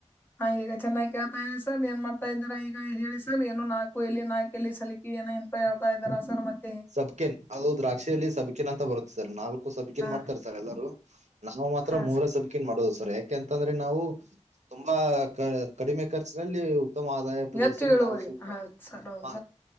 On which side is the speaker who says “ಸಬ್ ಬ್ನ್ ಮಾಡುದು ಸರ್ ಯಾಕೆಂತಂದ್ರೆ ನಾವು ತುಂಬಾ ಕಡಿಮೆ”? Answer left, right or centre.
Right